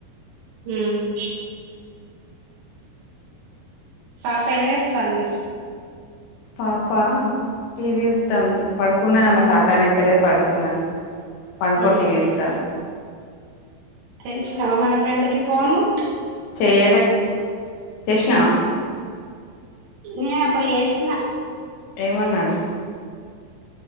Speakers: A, on the right; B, on the left.
A: హమ్ పాప ఏం చేస్తాంది
B: పాపా టీవీచూత్తాంది పడుకున్న సాతనైతలే పడుకున్నది పడుకొని
A: హ్మ్
B: టీవీ చుతాంది
A: చేసినావా మన ఫ్రెండ్ కి ఫోను
B: చెయ్యలే చేశీనావా
A: నేను అప్పుడు చేశీన
B: ఏమన్నాడు